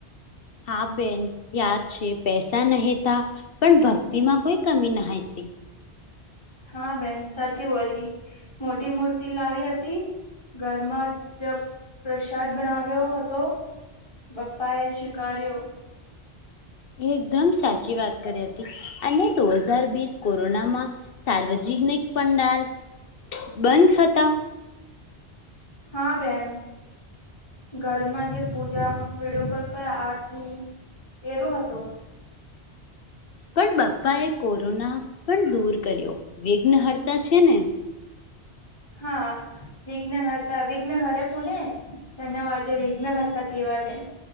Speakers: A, on the left; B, on the left.
A: હા બેન યાદ છે પૈસા નહિતા પણ ભક્તિમાં કોઈ કમી નહતી.
B: હા બેન સાચી બોલી મોટી મૂર્તિ લાવી હતી. ઘરમાં જ પ્રસાદ બનાવ્યો હતો. બપ્પાએ સ્વીકાર્યો.
A: એકદમ સાચી વાત કરી હતી અને દો હજાર બિસ કોરોનામાં.. સાર્વજનિક પંડાલ બંધ હતા.
B: હા બેન ઘરમાં જે પૂજા વિડીયો કોલ પર આરતી એરો હતો.
A: પણ બાપ્પા એ કોરોના પણ દૂર કર્યો વિઘ્ન હર્તા છે ને.
B: હા વિઘ્ન હરતા વિઘ્ન હરે પુને. ચને વાજે વિઘ્ન હરતા કેવાય બેન.